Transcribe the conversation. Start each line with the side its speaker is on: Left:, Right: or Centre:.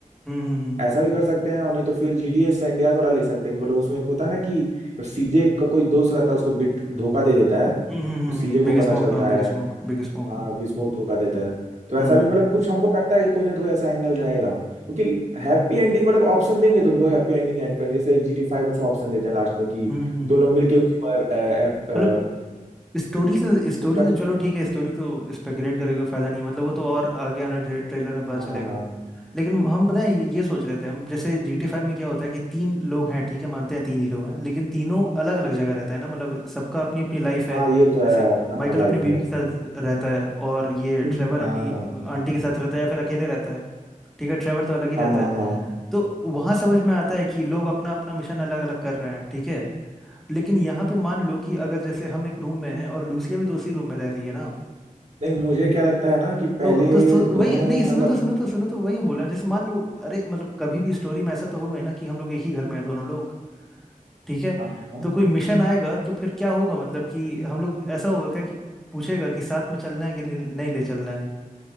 Centre: हम्म
Right: ऐसा भी कर सकते हैं और नहीं तो फिर जीटीए सैंडियाज वाला ले सकते हैं कि मतलब उसमें एक होता है ना कि सीजे का कोई दोस्त रहता है उसको बिट धोखा दे देता है
Centre: हम्म
Right: तो सीजे को
Centre: बिग
Right: पता
Centre: स्मोक
Right: चलता
Centre: हाँ बिग
Right: है
Centre: स्मोक बिग स्मोक
Right: हाँ
Centre: हाँ
Right: स्मोक धोखा देता है तो
Centre: हम्म
Right: ऐसा भी मतलब कुछ हमको लगता है कि कोई ना तो कोई ऐसा एंगल रहेगा क्योंकि हैप्पी एंडिंग मतलब ऑप्शन देंगे तुमको हैप्पी एंडिंग एंड करने जैसे जीटी फाइव में सब ऑप्शन देते हैं लास्ट में कि
Centre: हम्म हम्म हम्म।
Right: तुम
Centre: हम्म।
Right: लोग मिलके उसी को अ, अ, अ,
Centre: मतलब स्टोरी से स्टोरी
Right: कुछ
Centre: तो चलो ठीक है स्टोरी तो स्पेकुलेट करके कोई फायदा नहीं है मतलब वो तो और आगे आने ट्रे, ट्रेलर में पता
Right: हाँ हाँ
Centre: चलेगा
Right: हाँ
Centre: लेकिन हम पता है ये ये सोच रहे थे हम जैसे जी टी फाइव में क्या होता है कि तीन लोग हैं ठीक है मानते हैं तीन हीरो हैं लेकिन तीनों अलग अलग जगह रहता है ना मतलब सबका अपनी अपनी लाइफ है
Right: हाँ,
Centre: जैसे
Right: ये तो है अपना अपना
Centre: माइकल
Right: लाइफ
Centre: अपनी बीवी
Right: है
Centre: के साथ रहता है और ये
Right: <laughs>
Centre: ट्रेवर
Right: हाँ
Centre: अपनी आंटी के साथ रहता है या फिर अकेले रहता है ठीक है ट्रेवर तो अलग ही रहता
Right: हाँ हाँ
Centre: है
Right: हाँ
Centre: तो वहां समझ में आता है कि लोग अपना अपना मिशन अलग अलग कर रहे हैं ठीक है लेकिन यहाँ पे मान लो कि अगर जैसे हम एक रूम में हैं और लूसिया भी तो उसी रूम में रह रही है ना
Right: नहीं मुझे क्या लगता है ना कि
Centre: तो
Right: पहले
Centre: तो सु-
Right: दोनों
Centre: वही नहीं सुनो
Right: मतलब
Centre: तो सुनो तो सुनो तो वही हम बोला जैसे मान लो अरे मतलब कभी भी स्टोरी में ऐसा तो होगा ही ना कि हम लोग एक ही घर में हैं दोनों लोग ठीक है
Right: हाँ, हाँ,
Centre: तो कोई मिशन आएगा तो फिर क्या होगा मतलब कि हम लोग ऐसा होगा क्या कि पूछेगा कि साथ में चलना है कि नहीं नहीं ले चलना है